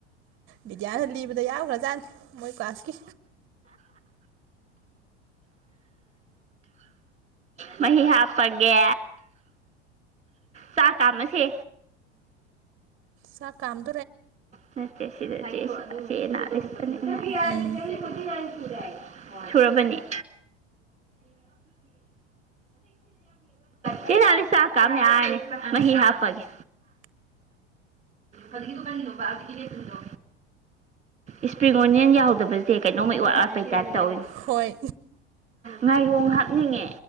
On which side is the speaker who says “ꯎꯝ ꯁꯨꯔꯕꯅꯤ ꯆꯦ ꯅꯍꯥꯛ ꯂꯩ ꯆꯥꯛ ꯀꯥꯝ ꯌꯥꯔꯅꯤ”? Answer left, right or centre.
Right